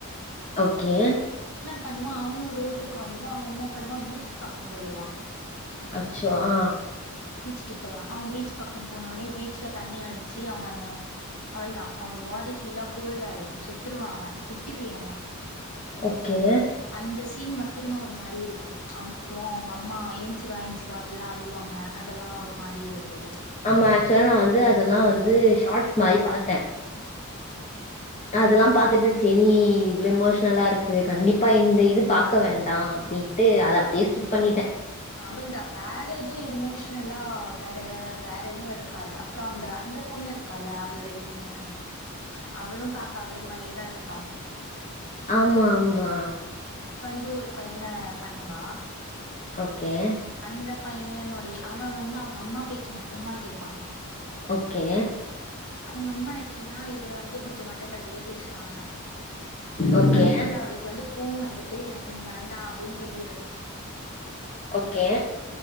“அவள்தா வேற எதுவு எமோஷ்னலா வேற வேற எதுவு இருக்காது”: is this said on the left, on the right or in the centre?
Left